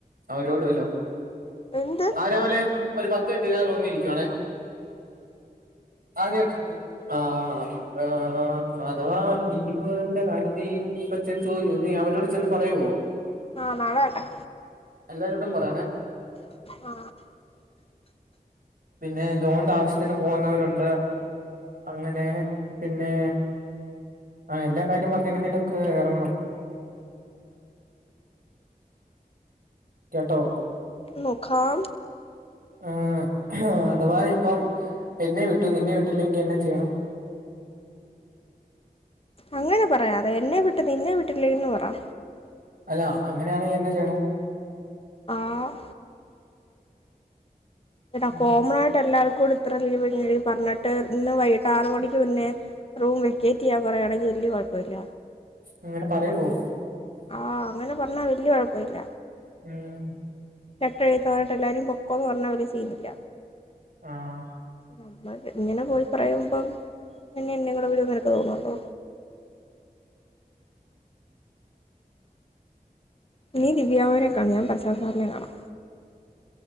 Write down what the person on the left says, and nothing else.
എന്ത്
ആഹ് നാളാവട്ടെ.
ആ
നോക്കാം.
അങ്ങനെ പറയാതെ എന്നെ വിട്ട് നിന്നെ വിട്ടില്ലേന്ന് പറ.
ആഹ് എടാ
കോമണായിട്ട് എല്ലാർക്കൂടി ഇത്ര ലീവ് <unintelligible> പറഞ്ഞിട്ട് ഇന്ന് വൈട്ട് ആറ് മണിക്ക് മുന്നേ റൂം വെക്കേറ്റെയ്യാൻ പറയാണെങ്കി വല്ല്യ കൊഴപ്പവില്ല.
ആഹ് അങ്ങനെ പറഞ്ഞാ വല്ല്യ കൊഴപ്പവില്ല.
ചട്ടഴുത്തായിട്ട് എല്ലാരും പൊക്കോ എന്ന് പറഞ്ഞാ ഒരു സീനില്ല
നമ്മൾ ഇങ്ങനെ പോയി പറയുമ്പോ അന്നെ ഇന്നേ കൂടി വിടുന്നു നിനക്ക് തോന്നുന്നുണ്ടോ നീ ദിവ്യാ മാമിനെ ക്കാണ് ഞാൻ <unintelligible> നെ കാണാം